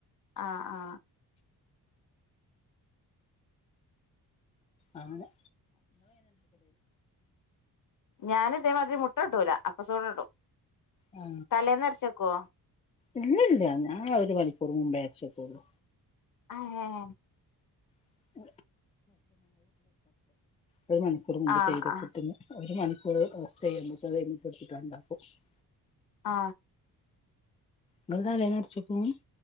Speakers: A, on the left; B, on the left.
A: ആ ആ
B: അങ്ങ്നെ
A: ഞാന് തേമാതിരി മുട്ട കൂട്ടൂല അപ്പസോഡടും
B: ആ
A: തലേന്നരച്ചക്കോ
B: ഇല്ലില്ല ഞാൻ ഒരു മണിക്കൂർ മുമ്പേ അരച്ചെക്കുള്ളൂ
A: ആഹേ
B: <unintelligible> ഒരു മണിക്കൂറ് മുമ്പെ
A: ആഹ്
B: <unintelligible>
A: ആഹ്
B: ഒരു മണിക്കൂർ അവസ്ഥ ചെയ്യുമ്പോക്ക <unintelligible>
A: ആ
B: ങ്ങള്തലേന്നരച്ചെക്കും